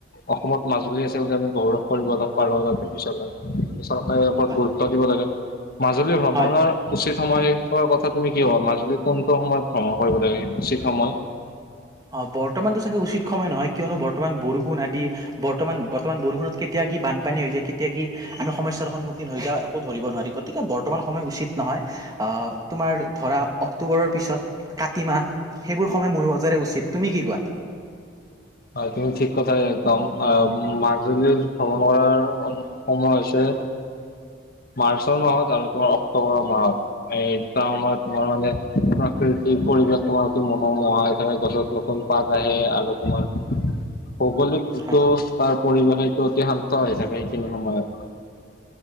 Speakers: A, on the left; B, on the right.
A: অসমত মাজুলী আছে বুলি আমি গৌৰৱ কৰিবলৈ পাৰো। যাতে পিছলৈ পিচতে ওপৰত
B: হয়,
A: গুৰুত্ব দিব লাগে। মাজুলী ভ্ৰমণৰ
B: হয়।
A: উচিত সময়ৰ কথা তুমি কি ভাবা? আমি কোনটো সময়ত ভ্ৰমণ কৰিব লাগে উচিত সময়?
B: অ, বৰ্তমানতো চাগে উচিত সময় নহয়। কিয়নো বৰ্তমান বৰষুণ আদি বৰ্তমান, বৰ্তমান বৰষুণত কেতিয়া কি বানপানী হৈ যায় কেতিয়া কি আমি সমস্যাৰ সন্মুখীন হৈ যাওঁ একো ধৰিব নোৱাৰি। গতিকে বৰ্তমান সময় উচিত নহয়। আহ তোমাৰ ধৰা অক্টোবৰৰ পিছত কাতি মাহ, সেইবোৰ সময় মোৰ মাজেৰে উচ উচিত তুমি কি কোৱা?
A: হয়। তুমি ঠিক কথাই একদম। আহ মাজুলীৰ ভ্ৰমণ কৰাৰ সময় হৈছে মাৰ্চৰ মাহত আৰু তোমাৰ অক্টোবৰৰ মাহত। সেই দুটা সময়ত তোমাৰ মানে প্ৰাকৃতিক পৰিৱেশ তোমাৰ অতি মনোমোহা, সেইফালে গছত নতুন পাত আহে আৰু তোমাৰ ভৌগলিকতটো
B: হয়,
A: তাৰ পৰিৱেশটো অতি শান্ত হৈ থাকে সেইখিনি সময়ত।